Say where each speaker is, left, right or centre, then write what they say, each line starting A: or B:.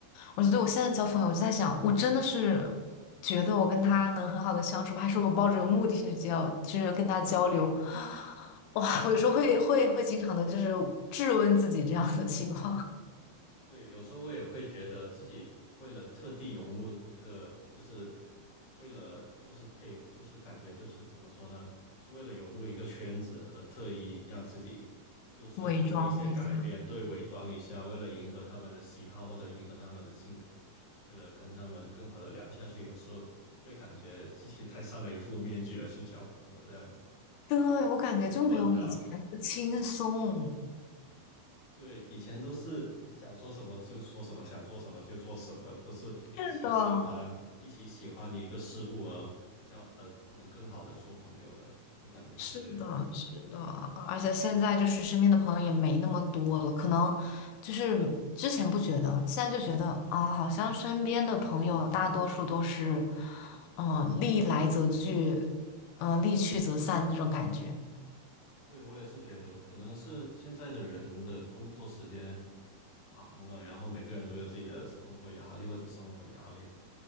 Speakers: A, on the left (about 80°); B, on the left (about 55°).
A: 我觉得我现在交朋友，我就在想，我真的是觉得我跟他能很好的相处吗？还是我抱着有目的性去交，就是跟他交流？哇，<laughs> 我有时候会会会经常的，就是质问自己这样的情况。
B: 对，有时候我也会觉得自己为了特地融入一个，就是为了就是配，就是感觉就是怎么说呢，就是为了融入一个圈子而特意让自己就是做一些改变，
A: <laughs> 伪装一下。
B: 对，伪装一下，为了迎合他们的喜好或者迎合他们的性格，为了跟他们更好的聊下去，有时候会感觉自己戴上了一副面具而去交朋友，这样子
A: 对，
B: 就很困扰。
A: 我感觉就没有以前那么轻松。
B: 对，以前都是想说什么就说什么，想做什么就做什么，都是一起喜欢，
A: 是的。
B: 一起喜欢一个事物而交，呃，能更好的做朋友的，我感觉是这样。
A: 是的，是的，而且现在就是身边的朋友也没那么多了，可能就是之前不觉得，现在就觉得啊，好像身边的朋友大多数都是，嗯、利来则聚，嗯、利去则散那种感觉。
B: 对，我也是觉得，可能是现在的人的工作时间长了，然后每个人都有自己的工作压力或者生活压力吧，